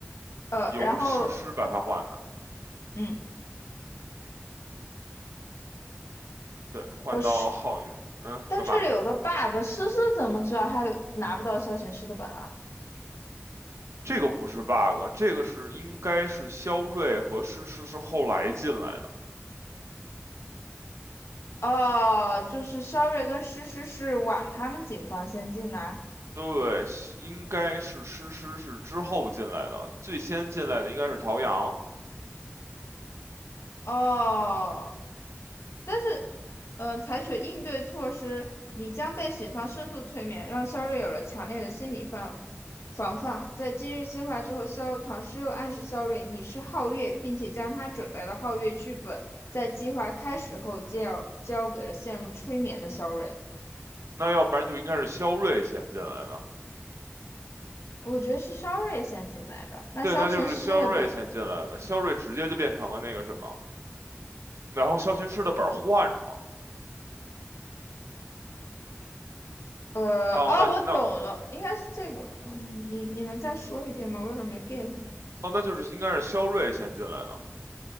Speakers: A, on the left; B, on the right.
A: 呃，
B: 由诗诗把他换的，
A: 然后嗯，
B: 对，换到了浩宇。
A: 我是，
B: 嗯，
A: 但这里有个
B: 干嘛？
A: bug，思思怎么知道他拿不到消行师的本啊？
B: 这个不是 bug，这个是应该是肖瑞和诗诗是后来进来的，
A: 哦，就是肖瑞跟诗诗是晚他们警方先进来。
B: 对，应该是诗诗是之后进来的，最先进来的应该是陶阳，
A: 哦，但是，嗯、采取应对措施，你将被警方深度催眠，让肖瑞有了强烈的心理防防范。在今日计划之后，肖唐诗又暗示肖瑞你是皓月，并且将他准备的皓月剧本在计划开始后交交给了陷入催眠的肖瑞。
B: 那要不然就应该是肖瑞先进来的，
A: 我觉得是肖瑞先进来的，那肖成诗了吧？
B: 对，那就是肖瑞先进来的，肖瑞直接就变成了那个什么。然后肖琴师的本换了，
A: 呃，
B: 哦，
A: 哦，
B: 那那
A: 我懂了，应该是这个。呃，你你能再说一遍吗？我有点没 get。
B: 哦，那就是应该是肖瑞先进来的，